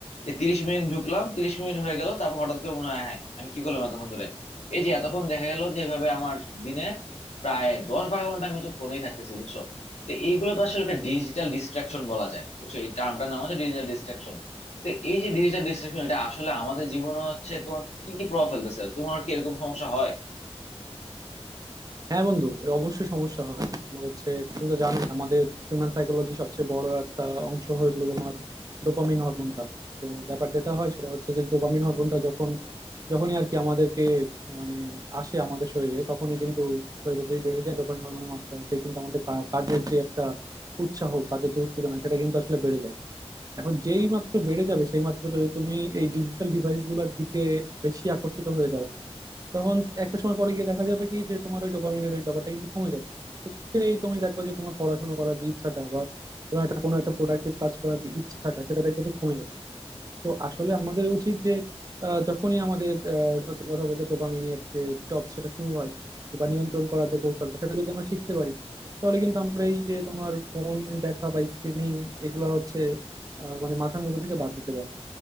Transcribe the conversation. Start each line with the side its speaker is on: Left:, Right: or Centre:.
Left: এই তিরিশ মিনিট ঢুকলাম তিরিশ মিনিট হয়ে গেল তারপর হঠাৎ করে মনে হয় হ্যাঁ আমি কি করলাম এতক্ষণ ধরে এই যে এতক্ষণ দেখা গেল যে এভাবে আমার দিনে প্রায় দশ বারো ঘন্টা আমি হচ্ছে ফোনেই থাকতেছি বুঝছো তো এইগুলো তো আসলে একটা ডিজিটাল ডিস্ট্রাকশন বলা যায় বুঝছো এই টার্মটার নাম হচ্ছে ডিজিটাল ডিস্ট্রাকশন তো এই যে ডিজিটাল ডিস্ট্রাকশন এটা আসলে আমাদের জীবনে হচ্ছে তোমার কি কি প্রভাব ফেলতেছে তোমার কি এরকম সমস্যা হয়
Right: হ্যাঁ বন্ধু এ অবশ্যই সমস্যা হয় তোমার হচ্ছে তুমি তো জানোই আমাদের হিউম্যান সাইকোলজি সবচেয়ে বড় একটা অংশ হলো তোমার ডোপামিন হরমোনটা তো ব্যাপার যেটা হয় সেটা হচ্ছে যে ডোপামিন হরমোনটা যখন যখনই আর কি আমাদেরকে মানে আসে আমাদের শরীরে তখনই কিন্তু শরীরে যেই বেড়ে যায় ডোপামিন হরমোনের মাত্রা সেই কিন্তু আমাদের কা- কাজের যে একটা উৎসাহ কাজের যে উত্তেজনা সেটা কিন্তু আসলে বেড়ে যায় এখন যেই মাত্র বেড়ে যাবে সেই মাত্র যদি তুমি এই ডিজিটাল ডিভাইস গুলোর দিকে বেশি আকর্ষিত হয়ে যাও তখন একটা সময় পরে গিয়ে দেখা যাবে কি যে তোমার ওই ডোপামিনের ওই ব্যাপারটা কিন্তু কমে যাবে তো সেই তুমি দেখবে যে তোমার পড়াশোনা করার যে ইচ্ছাটা বা তোমার একটা কোনো একটা প্রোডাক্টিভ কাজ করার যে ইচ্ছাটা সেটা দেখবে যে কমে গেছে তো আসলে আমাদের উচিত যে আহ, যখনই আমাদের আহ, সত্যি কথা বলতে ডোপামিনের যে ডিটক্স সেটা শুরু হয় বা নিয়ন্ত্রণ করার যে কৌশলটা সেটা যদি আমরা শিখতে পারি তাহলে কিন্তু আমরা এই যে তোমার ফোন দেখা বা স্ক্রিনিং এগুলো হচ্ছে আহ, মানে মাথার মধ্যে থেকে বাদ দিতে পারবো